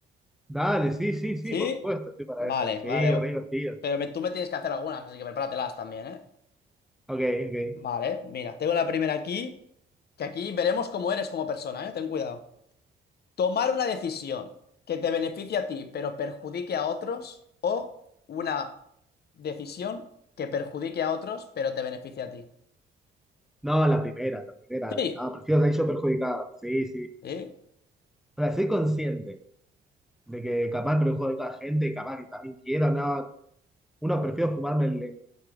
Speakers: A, in the centre; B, on the left.
A: Dale, sí, sí, sí,
B: ¿Sí?
A: por supuesto, estoy para
B: Vale,
A: esa. Sí,
B: vale,
A: re divertido.
B: pero me- tú me tienes que hacer algunas, así que prepáratelas también, ¿eh?
A: Ok, ok.
B: Vale, mira, tengo la primera aquí, que aquí veremos cómo eres como persona, ¿eh? Ten cuidado. Tomar una decisión que te beneficie a ti, pero perjudique a otros, o una decisión que perjudique a otros, pero te beneficie a ti.
A: No, la primera, la primera.
B: Sí,
A: No, prefiero salir yo perjudicado. Sí, sí.
B: sí.
A: O sea, soy consciente de que capaz perjudico a gente, capaz que también quiero, no. Uno prefiero fumarme el, el-